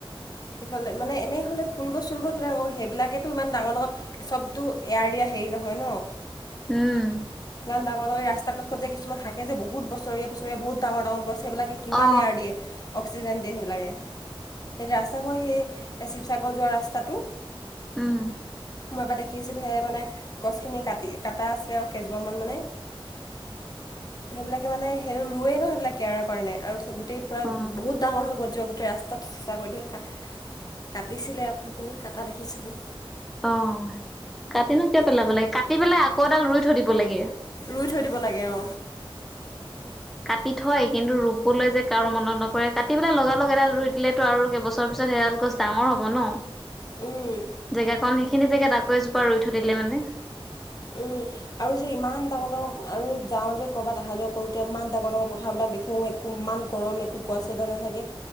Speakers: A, on the left; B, in the centre.
A: ইফালে মানে এনেই হ'লে ফুল গছ চুল গছবিলাকৌ সেইবিলাকেতো ই ডাঙৰ ডাঙৰ চবতো এয়াৰ দিয়া হেৰি নহয় ন
B: উম
A: ইমান ডাঙৰ ৰাস্তা কষত যে কিছুমান থাকে যেহু বৰেীয়া বছৰেীয়া বহুত ডাঙ ডাঙৰ কৰে সেইবিলে কিমান
B: অ
A: এয়াৰ দিয়ে অক্সিজেন দিয়ে সেইবিলাকে সেই ৰাস্ত মই সেই শিৱসাগৰ যোৱা ৰাস্তাটো
B: উম
A: মই এপৰা দেখিছিলো সে মানে গছখিনি কাটি কাটা আছিলে আৰু কেইজোপ মান মানে সেইবিলাকে মানে সেইটো ৰুোৱে ন সেইবিলাক কেয়াৰ কাৰণে আৰু গোটেই পৰা
B: অ
A: বুতাঙৰ হৈ গ যোৱা গোেই ৰাস্তাটো চেচা কৰি দিয়ে কাটিছিলে আকৌ সেইখিনি কটা দেখিছিলোঁ
B: অ কাটিিনো কিয় পেলাব লাগে কাটি পেলাই আকৌ এডাল ৰুই থৈ দিব লাগে
A: ৰুই থৈ দিব লাগে অ
B: কাটি থয় কিন্তু ৰুবলৈ যে কাৰো মনত নপৰে কাটি পেলাই লগাল লগগ এডাল ৰুই দিলেতো আৰু কেইবছৰ পিছত সেইডাল গছ ডাঙৰ হ'ব ন
A: উম।
B: জেগাকন সেইখিনি জেগাত আকৌ এজোপা ৰুই থৈ দিলে মানে
A: উম। আৰু যে ইমান ডাঙৰ ডাঙৰ আৰু যাওঁ যে কৰ'ৰবাত অহা যোৱা কৰোতে ইমান ডাঙৰ ডাঙৰ পথাৰবিলাক দেখো কোমান গৰম একো গছ এটা নাথাকে।